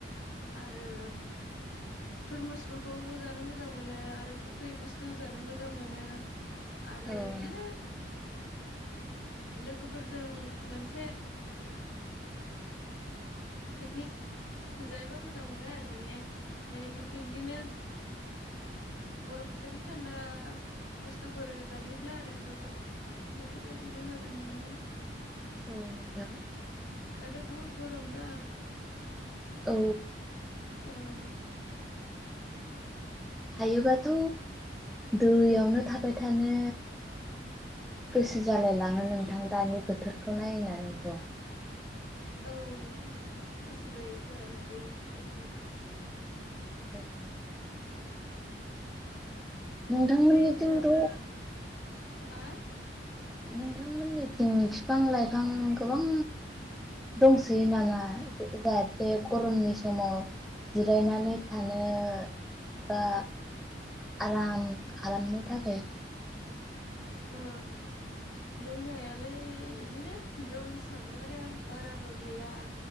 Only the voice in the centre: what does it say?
<inaudible>
औ
औ नोंथां
औ
हायोबाथ' दैयावनो थाबाय थानो गोसो जालाय लाङो नोंथां दानि बोथोरखौ नायनानैथ'
ओं नोंथांमोननिथिंथ'
नोंथांमोननि दिन फिफां लाइफां गोबां दंसोयो नामा जाहाथे गरमनि समाव जिरायनानै थानो बा आराम खालामनो थाखाय <inaudible>